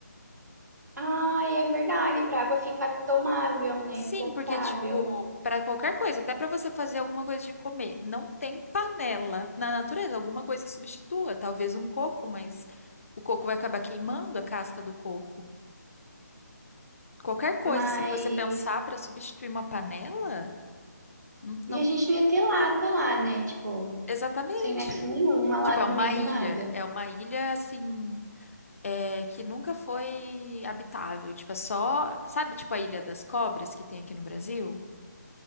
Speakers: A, on the right; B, on the left.
A: ai, é verdade, pra água ficar tomável, né?
B: Sim,
A: Potável.
B: porque, tipo, para qualquer coisa, até para você fazer alguma coisa de comer, não tem panela na natureza, alguma coisa que substitua, talvez um coco, mas o coco vai acabar queimando a casca do coco. Qualquer coisa,
A: Mas.
B: assim, que você pensar para substituir uma panela, não, não-
A: E a gente não ia ter lata lá, né? Tipo,
B: exatamente.
A: sem nexo nenhum, uma lata
B: Tipo, é uma
A: no meio do
B: ilha,
A: nada.
B: é uma ilha, assim, é, que nunca foi habitável, tipo, é só, sabe, tipo a Ilha das Cobras que tem aqui no Brasil?